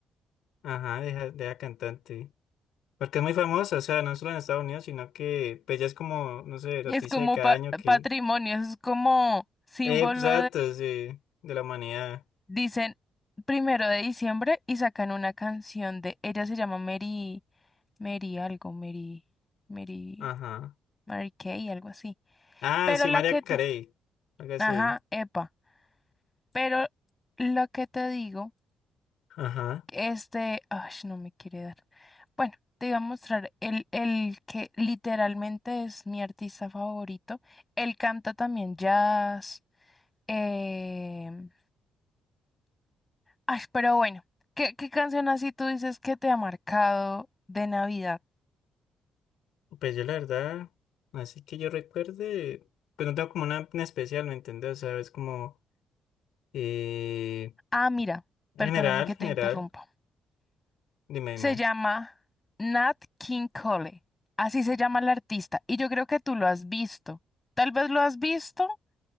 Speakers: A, on the left; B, on the left.
A: Ajá, deja, deja cantante. Porque es muy famosa, o sea, no solo en Estados Unidos, sino que pues ya es como, no sé, noticia
B: Es como
A: de cada
B: pa-
A: año que
B: patrimonio, es como símbolo
A: Eh, pues, Exacto, sí, de la humanidad.
B: Dicen primero de diciembre y sacan una canción de ella se llama Mary, Mary algo, Mary, Mary,
A: Ajá.
B: Mary Kay, algo así.
A: Ah,
B: Pero
A: sí,
B: la
A: María
B: que
A: Carey.
B: te,
A: Algo así.
B: ajá, epa. Pero lo que te digo,
A: Ajá.
B: este, ay, no me quiere dar. Bueno, te iba a mostrar el, el que literalmente es mi artista favorito. Él canta también jazz, em, Ay, pero bueno, ¿qué, qué canción así tú dices que te ha marcado de Navidad?
A: Pues yo la verdad, así que yo recuerde, pues no tengo como una en especial, ¿me entiendes? O sea, es como eh,
B: Ah, mira,
A: general,
B: perdóname que
A: general.
B: te interrumpa.
A: Dime,
B: Se
A: dime.
B: llama Nat King Cole. Así se llama el artista. Y yo creo que tú lo has visto. Tal vez lo has visto,